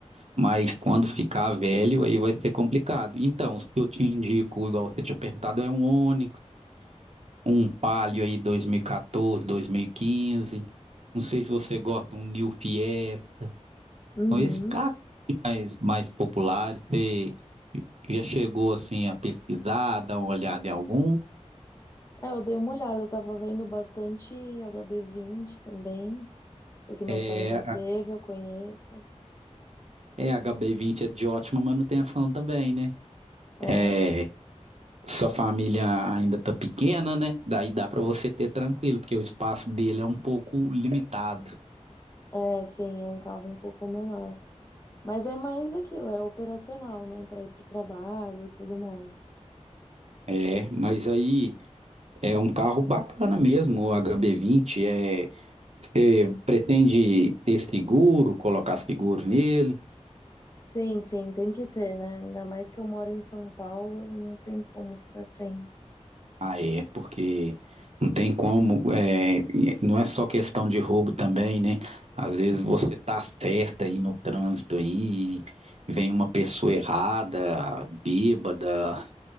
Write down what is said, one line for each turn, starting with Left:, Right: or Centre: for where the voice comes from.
Right: Mas quando ficar velho, aí vai ser complicado. Então, se eu te indico, igual você tinha perguntado, é um Onix, um Palio aí 2014, 2015. Não sei se você gosta, um New Fiesta.
Left: Uhum.
Right: São esses carros mais, mais populares. Você já chegou assim a pesquisar, dar uma olhada em algum?
Left: É, eu dei uma olhada, eu tava vendo bastante hb vinte também, porque meu
Right: É,
Left: pai já teve, eu conheço.
Right: é, a HB20 é de ótima manutenção também, né?
Left: é.
Right: é Sua família ainda tá pequena, né? Daí dá pra você ter tranquilo, porque o espaço dele é um pouco limitado.
Left: É, sim, é um carro um pouco menor. Mas é mais aquilo, é operacional, né? Para ir para o trabalho e tudo mais.
Right: É, mas aí é um carro bacana mesmo, o HB20. É, você pretende ter seguro, colocar seguro nele?
Left: Sim, sim, tem que ter, né? Ainda mais que eu moro em São Paulo, não tem como ficar sem.
Right: Ah, é, porque não tem como, é, não é só questão de roubo também, né? Às vezes você tá certa aí no trânsito aí, e vem uma pessoa errada, bêbada,